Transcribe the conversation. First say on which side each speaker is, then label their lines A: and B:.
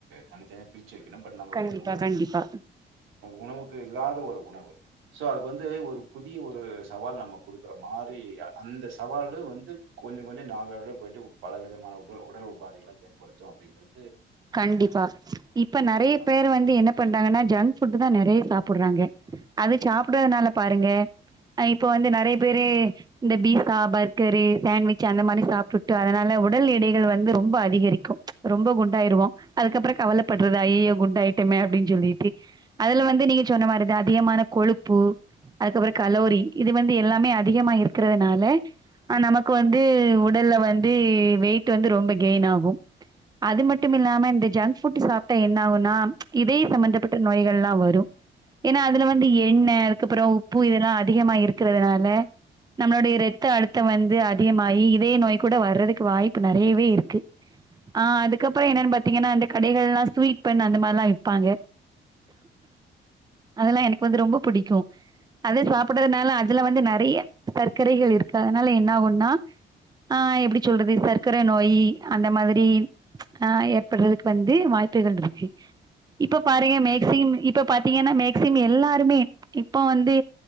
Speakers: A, on the right; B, on the right.
A: த இஜப்பி புடிச்சுயிருக்குன்னு பட் நம்மளோடைய
B: கண்டிப்பா
A: ஊரு
B: கண்டிப்பா
A: உணவு எதாவது ஒரு உணவு சோ அதுக்கு வந்து ஒரு புதிய ஒரு சவால் நம்ம குடுக்குற மாரி அந்த சவால்லு வந்து கொஞ்சோ கொஞ்சோ நாளடைவுல போய்ட்டு பலவிதமாக உப் உடல் உபாதைகள தரும் கொடுத்தோம் அப்டீங்குறது
B: கண்டிப்பா இப்ப நெறைய
A: ஆமா.
B: பேர் வந்து என்ன பண்றாங்கன்னா ஜங்க் ஃபுட் தா நெறைய சாப்புடுறாங்க அது சாப்புடுறதுனால பாருங்க இப்ப வந்து நெறைய பேரு இந்த பீசா பர்கரு சாண்விச்சு அந்த மாரி சாப்டுட்டு அதனால உடல் இடைகள் வந்து ரொம்ப அதிகரிக்கோ ரொம்ப குண்டா யிருவோ அதுக்கப்றோ கவல படுறதாயி குண்டா ஆயிட்டோமே அப்டினு சொல்லிட்டு அதுல வந்து நீங்க சொன்ன மாரிதா அதிகமான கொழுப்பு அதுக்கப்றோ கலோரி இது வந்து எல்லாமே அதிகமா இருக்குறதுனால நமக்கு வந்து உடல்ல வந்து வெய்ட் வந்து ரொம்ப கெயின் ஆகும் அதுமட் டும்மில்லாம இந்த ஜங்க் ஃபுட் சாப்டா என்ன ஆகும்னா இதய சம்பந்தப்பட்ட நோய்கள்யெல்லா வரும் ஏன்னா அதுல வந்து எண்ணெய் அதுக்கப்புறோ உப்பு இதெல்லா அதிகமா இருக்குறதுனால நம்மளோடைய ரத்த அழுத்தோ வந்து அதிகமாயி இதய நோய் கூட வர்றதுக்கு வாய்ப்பு நெறையவேயிருக்கு ஆஹ் அது அதுக்கப்பறோ என்னன்னு பாத்தீங்கன்னா இந்த கடைகள்லயெல்லா ஸ்வீட் பண் அந்த மாரியெல்லா விப்பாங்க அதெல்லா எனக்கு வந்து ரொம்ப புடிக்கோம் அத சாப்புடுறதுனால அதுல வந்து நெறைய சர்க்கரைகள்யிருக்கு அதனால என்ன ஆகும்னா ஆ எப்டி சொல்றது சர்க்கர நோயி அந்த மாரி ஆ ஏற்படுறதுக்கு வந்து வாய்ப்புகள்யிருக்கு இப்ப பாருங்க
A: ஆமாங்க.
B: மேக்சிம் இப்ப பாத்தீங்கன்னா மேக் சிம் எல்லாருமே இப்போ வந்து